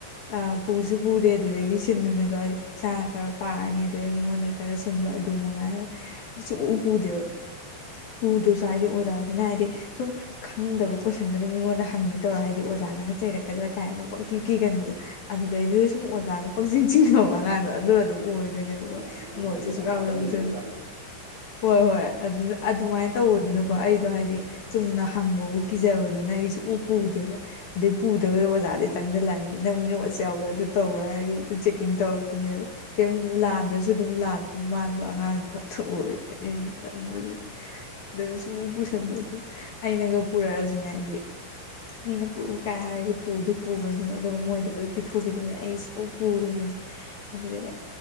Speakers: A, on the left; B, on the right.
A: ꯑ ꯄꯨꯖꯨ ꯄꯨꯗꯦ ꯑꯗꯨꯗꯒꯤ ꯁꯤꯟꯃꯤꯡꯅꯕ ꯍꯥꯏꯗꯤ ꯏꯁꯥꯅ ꯈꯔ ꯄꯥꯔꯅꯤ ꯑꯗꯨꯗꯩ ꯃꯤꯉꯣꯟꯗꯒꯤ ꯈꯔ ꯁꯤꯟꯕ ꯃꯉꯥꯏꯔꯦ ꯑꯩꯗꯤ ꯁꯨꯛꯄꯨ ꯄꯨꯗꯦꯕ ꯎꯗ꯭ꯔꯁꯨ ꯍꯥꯏꯗꯤ ꯑꯣꯖꯥꯁꯤꯅ ꯍꯥꯏꯗꯤ ꯁꯨꯝ ꯈꯪꯗꯕ ꯀꯣꯏꯁꯟꯒꯗꯣ ꯃꯤꯉꯣꯟꯗ ꯍꯪꯒꯦ ꯇꯧꯔ ꯍꯥꯏꯗꯤ ꯑꯣꯖꯥꯅ ꯆꯩꯔꯛꯀꯗ꯭ꯔꯥ ꯀꯥꯏꯅ - ꯀꯤꯒꯟꯕꯗꯣ ꯑꯗꯨꯗꯩꯗꯨꯗ ꯁꯨꯝ ꯑꯣꯖꯥꯅ ꯄꯪꯖꯤꯟ ꯆꯤꯡꯅꯕ ꯑꯉꯥꯡꯗꯣ ꯑꯗꯨ ꯑꯣꯏꯗꯣꯏꯅꯦꯕꯀꯣ
B: ꯑꯗꯣ ꯑꯗꯨꯃꯥꯏꯅ
A: ꯅꯣꯠꯁ
B: ꯇꯧꯕꯁꯤꯅ
A: ꯁꯦ ꯁꯨꯛꯌꯥꯎ
B: ꯌꯥꯝ ꯐꯥꯒꯠꯂꯤꯁꯦ
A: ꯌꯥꯎꯖ
B: ꯑꯣꯖꯥꯅ
A: ꯍꯣꯏ ꯍꯣꯏ ꯑꯗꯨꯗ ꯑꯗꯨꯃꯥꯏꯅ ꯇꯧꯕꯗꯨꯅꯕꯨ - ꯑꯩꯗꯣ ꯍꯥꯏꯗꯤ ꯆꯨꯝꯅ ꯍꯪꯕꯕꯨ ꯀꯤꯖꯕꯗꯨꯅ ꯑꯩ ꯁꯨꯛꯄꯨ ꯄꯨꯗꯦꯕ ꯑꯗꯨ ꯄꯨꯗꯔꯥꯒ ꯑꯣꯖꯥꯖꯦ ꯆꯪꯖꯜꯂꯛꯑꯅꯤ ꯅꯪ ꯅꯣꯠꯁ ꯌꯥꯎꯕ꯭ꯔꯥ ꯑꯗꯨ ꯇꯧꯕꯔꯥ ꯍꯥꯏꯔꯒ ꯍꯦꯛꯇ ꯆꯦꯛꯀꯤꯡ ꯇꯧꯔꯛꯇꯣꯏꯅꯦꯕ ꯀ ꯂꯥꯟꯗ꯭ꯔꯁꯨ ꯑꯗꯨꯝ ꯂꯥꯟ ꯃꯥꯟꯕ ꯑꯉꯥꯡꯗꯣ ꯑꯗꯨ ꯑꯣꯏꯕ ꯑꯩꯁꯨ ꯇꯟꯕ ꯑꯗꯨ ꯁꯨꯝ ꯈꯟꯗ ꯑꯗꯣ ꯑꯩꯅꯒ ꯄꯨꯔꯛꯑꯁꯨꯅꯦ ꯍꯥꯏꯗꯤ ꯃꯤꯅ ꯄꯨꯔꯛꯎ ꯀꯥꯏ ꯍꯥꯏꯔꯁꯨ ꯄꯨꯗꯤ ꯄꯨꯔꯅꯤ ꯑꯗꯨꯒ ꯃꯣꯏꯗ ꯂꯣꯏ ꯄꯤꯊꯣꯛꯈꯤꯗꯣꯏꯅꯤ ꯑꯩꯁꯨ ꯄꯨꯔꯨꯕꯅꯤ ꯑꯦ